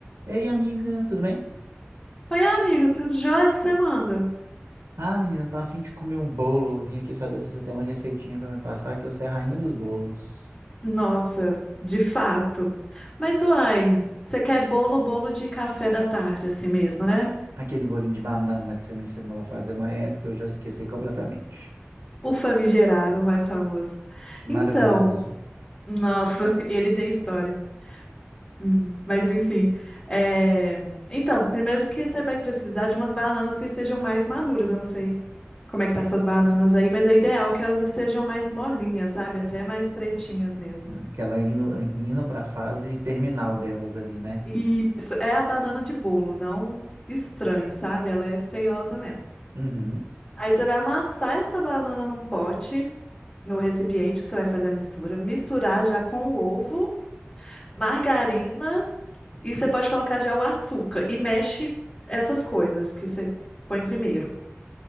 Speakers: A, on the right; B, on the left.
A: Ei, amiga, tudo bem?
B: Oi, amigo, tudo jóia que você manda?
A: Ah, menina, tô a fim de comer um bolo. Vim aqui saber se você tem uma receitinha pra me passar, que você é a rainha dos bolos.
B: Nossa, de fato. Mas, uai, você quer bolo, bolo de café da tarde, assim mesmo, né?
A: Aquele bolinho de banana que você me ensinou a fazer uma época, eu já esqueci completamente.
B: O famigerado mais famoso.
A: Maravilhoso.
B: Então, nossa, <laughs> ele tem história. Hum, Mas, enfim. é, Então, primeiro que você vai precisar de umas bananas que estejam mais maduras. Eu não sei como é que tá suas bananas aí, mas é ideal que elas estejam mais molinhas, sabe? Até mais pretinhas mesmo.
A: Aquela indo, indo pra fase terminal delas ali, né?
B: Isso, é a banana de bolo, não s- estranho, sabe? Ela é feiosa mesmo.
A: Uhum,
B: Aí você vai amassar essa banana num pote, no recipiente que você vai fazer a mistura, misturar já com o ovo, margarina e você pode colocar já o açúcar e mexe essas coisas que você põe primeiro.